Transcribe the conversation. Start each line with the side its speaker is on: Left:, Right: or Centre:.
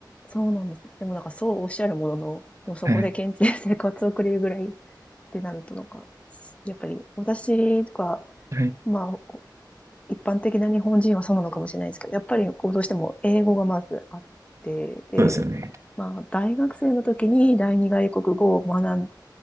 Left: そうなんですね。でもなんかそうおっしゃるものの、でもそこで現地で生活を送れるぐらいっ
Right: はい。
Left: てなるとなんか、やっぱり私とか、
Right: はい。
Left: まあ、一般的な日本人はそうなのかもしれないですけど、やっぱりこうどうしても英語がまずあって、で、
Right: そうですよね。
Left: まあ、大学生の時に第二外国語を学ん